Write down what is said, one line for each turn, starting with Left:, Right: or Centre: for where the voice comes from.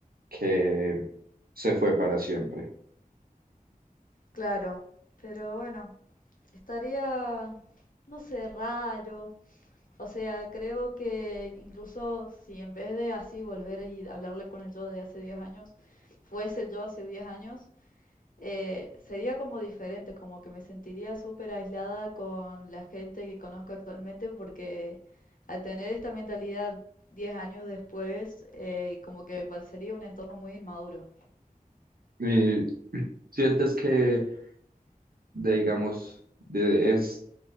Right: que se fue para siempre.
Left: Claro, pero bueno, estaría, no sé, raro. O sea, creo que incluso si en vez de así volver y hablarle con el yo de hace 10 años, fuese el yo hace 10 años, eh, sería como diferente, como que me sentiría súper aislada con la gente que conozco actualmente porque al tener esta mentalidad 10 años después, eh, como que me parecería un entorno muy inmaduro.
Right: Y sientes que, de- digamos, de, es